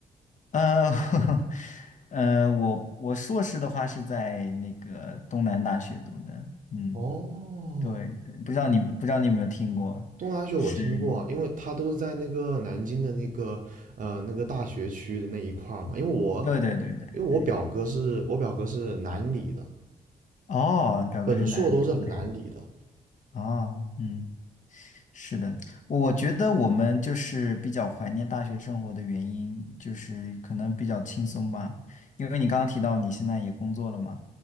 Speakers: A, on the left; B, on the right.
A: 呃，<laughs> 呃，我我硕士的话是在那个东南大学读的。嗯，
B: 哦，
A: 对对，不知道你不知道你有没有听过？
B: 东南大学我听过啊，
A: 是，
B: 因为它都是在那个南京的那个呃那个大学区的那一块儿嘛。因为我
A: 对对对对对。
B: 因为我表哥是我表哥是南理的，
A: 哦，表哥是南理？OK，
B: 本硕都是南理的，
A: 哦，嗯。是的，我我觉得我们就是比较怀念大学生活的原因，就是可能比较轻松吧。因为你刚刚提到你现在也工作了嘛，